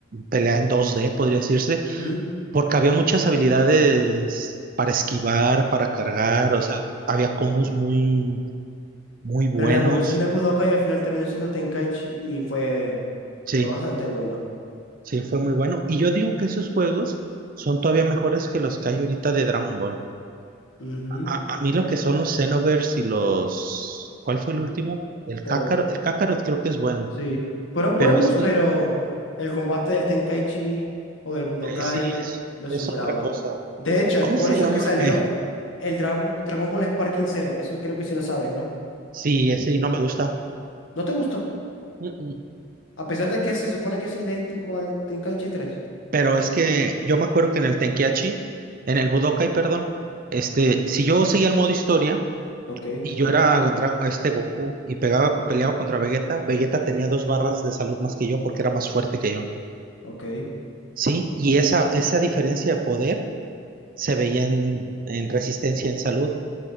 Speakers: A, on the right (about 45°); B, on the left (about 70°).
A: pelea en 2D, podría decirse,
B: ¿Mm?
A: porque había muchas habilidades para esquivar, para cargar, o sea, había combos muy, muy buenos.
B: Pero la evolución del Budokai al final terminó siendo Tenkaichi y fue,
A: Sí,
B: fue bastante bueno.
A: sí, fue muy bueno. Y yo digo que esos juegos son todavía mejores que los que hay ahorita de Dragon Ball.
B: Ujú.
A: A, a mí lo que son los Xenoverse y los... ¿Cuál fue el último? El
B: Eh,
A: Kakarot, el Kakarot creo que es bueno,
B: sí, fueron buenos,
A: pero esto
B: pero el combate del Tenkaichi o del Budokai
A: eh, sí es,
B: lo superaba.
A: es otra cosa.
B: De hecho, es
A: ¿Cómo
B: por
A: se
B: eso
A: llama?
B: que salió
A: Eh,
B: el Dra- Dragon Ball Sparking Zero, que eso creo que sí lo sabes, ¿no?
A: sí, ese no me gusta.
B: ¿No te gustó?
A: Mm, mm.
B: A pesar de que se supone que es idéntico al Tenkaichi tres.
A: Pero es que yo me acuerdo que en el Tenkiachi, en el Budokai, perdón, este, si yo seguía el modo historia
B: Ok,
A: y yo era dra- este Goku y pegaba, peleaba contra Vegeta, Vegeta tenía dos barras de salud más que yo porque era más fuerte que yo.
B: ok.
A: Sí, y esa, esa diferencia de poder se veía en, en Resistencia en Salud.